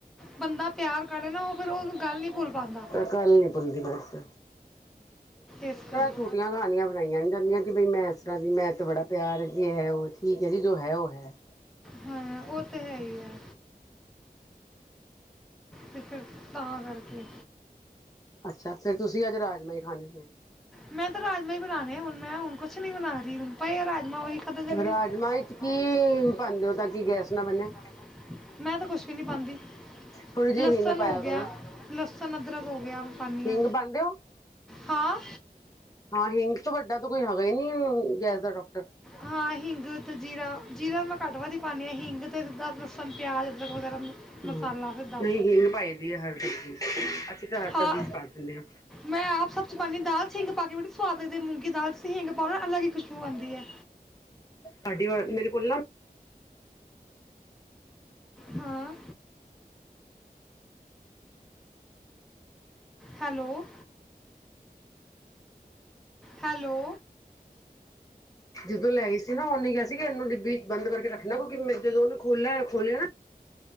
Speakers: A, in the centre; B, on the left.
A: ਬੰਦਾ ਪਿਆਰ ਕਰੇ ਨਾ ਉਹ ਫਿਰ ਉਹ ਗੱਲ ਨਹੀਂੀ ਭੁੱਲ ਪਾਉਂਦਾ
B: ਕੱਲ ਨੀ ਭੁੱਲਦੀ ਬਸ
A: ਇਸ ਕਰਕੇ
B: ਝੂਠੀਆਂ ਕਹਾਣੀਆਂ ਬਣਾਈਆਂ ਨੀ ਜਾਂਦੀਆਂ ਕਿ ਬਈ ਮੈਂ ਇਸ ਤਰਾ ਦੀ ਜੀ ਮੈਂ ਤੇ ਬੜਾ ਪਿਆਰ ਜੇ ਹੈ ਉਹ ਠੀਕ ਹੈ ਜੀ ਜੋ ਹੈ ਉਹ ਹੈ।
A: ਹਾਂ ਉਹ ਤੇ ਹੈ ਹੀ ਆ ਤੇ ਫਿਰ ਤਾਂ ਕਰਕੇ
B: ਅੱਛਾ ਫੇਰ ਤੁਸੀਂ ਅੱਜ ਰਾਜਮਾਹੀ ਖਾਣੇ ਨੇ
A: ਮੈਂ ਤਾਂ ਰਾਜਮਾਂ ਹੀ ਬਣਾਉਣੇ ਹੁਣ ਮੈਂ ਹੁਣ ਕੁਛ ਨਹੀਂ ਬਣਾ ਰਹੀ ਹੁਣ ਭਾਾਈ ਰਾਜਾਈ ਮੈਂ
B: ਰਾਜਮਾਂ ਵਿੱਚ ਕੀ ਪਾਉਂਦੇ ਹੋ ਤਾਂ ਕਿ ਗੈਸ ਨਾ ਬਣੇ
A: ਤਾਂ ਕੁਛ ਵੀ ਨੀ ਪਾਂਦੀ
B: ਥੋੜ੍ਹੀ ਜਿਹੀ
A: ਲਸਣ
B: ਹਿੰਗ ਪਾਇਆ
A: ਹੋ
B: ਕਰੋ
A: ਗਿਆ ਲਸਣ ਅਦਰਕ ਹੋ ਗਿਆ ਪਾਣੀ
B: ਹਿੰਗ
A: ਆ
B: ਪਾਉਂਦੇ ਹੋ
A: ਹਾਂ।
B: ਹਾਂ ਹਿੰਗ ਤੋਂ ਵੱਡਾ ਤਾਂ ਕੋਈ ਹੈਗਾ ਹੀ ਨਹੀਂ ਗੈਸ ਦਾ ਡਾਕਟਰ
A: ਹਾਂ ਹਿੰਗ ਤੇ ਜੀਰਾ ਜੀਰਾ ਮੈਂ ਘੱਟ ਵਧ ਹੀ ਪਾਉਂਦੀ ਹਾਂ ਹਿੰਗ ਫਿਰ ਅਦਰਕ ਲਸਣ ਪਿਆਜ
B: ਹਮ
A: ਮਸਾਲਾ ਸਾਡਾ।
B: ਨਹੀਂ ਹਿੰਗ ਪਾਈ ਦੀ ਹੈ ਹਰ ਸਬਜ਼ੀ ਅਸੀਂ ਤਾਂ ਹਰ
A: ਹਾਂ
B: ਸਬਜ਼ੀ ਚ ਪਾ ਦਿੰਦੇ ਹਾਂ
A: ਮੈ ਆਪ ਸਬਜ਼ੀ ਪਾਣੀ ਦਾਲ ਹਿੰਗ ਪਾ ਕੇ ਬੜੀ ਸਵਾਦ ਲਗਦੀ ਮੂੰਗੀ ਦਾਲ ਸੀਂ ਹਿੰਗ ਪਾਓਣਾ ਅਲੱਗ ਹੀ ਖਸ਼ਬੂ ਆਉਂਦੀ ਹੈ।
B: ਤੁਡੀ ਵ ਮੇਰੇ ਕੋਲ ਨਾ
A: ਹਾਂ। ਹੈਲੋ ਹੈਲੋ
B: ਜਦੋਂ ਲੈਈ ਸੀ ਨਾ ਉਹਨੇ ਕਿਹਾ ਸੀ ਇਹਨੂੰ ਡਿੱਬੀ ਚ ਬੰਦ ਕਰਕੇ ਰੱਖਣਾ ਕਿਉਂਕਿ ਮ ਜਦੋਂ ਉਹਨੇ ਖੋਲਿਆ ਖੋਲਿਆ